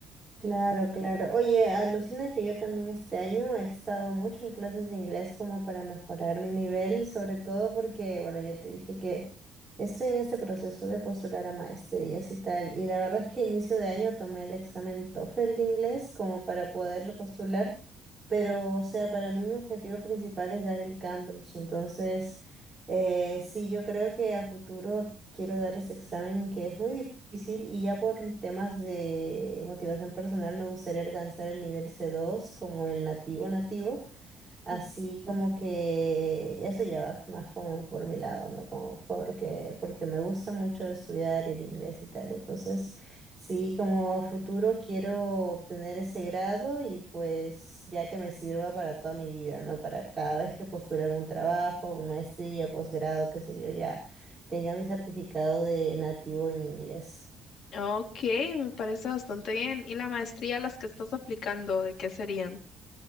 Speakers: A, on the right; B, on the left.
A: Claro, claro. Oye, alucina que yo también este año he estado mucho en clases de inglés como para mejorar mi nivel, sobre todo porque, bueno, ya te dije que estoy en este proceso de postular a maestrías y tal. Y la verdad es que inicio de año tomé el examen TOEFL de inglés como para poder repostular, pero, o sea, para mí mi objetivo principal es dar el Cambridge. Entonces... Eh, sí, yo creo que a futuro quiero dar ese examen que es muy difícil y ya por temas de motivación personal me gustaría alcanzar el nivel c dos como el nativo nativo. Así
B: Ujú,
A: como que eso ya va más como por mi lado, ¿no? Como porque, porque me gusta mucho estudiar el inglés y tal. Entonces, sí, como a futuro quiero obtener ese grado y pues ya que me sirva para toda mi vida, ¿no? Para cada vez que postule algún trabajo, una maestría, posgrado, qué sé yo, ya tenga mi certificado de nativo en inglés.
B: Ok, me parece bastante bien. ¿Y la maestría a las que estás aplicando, de qué serían?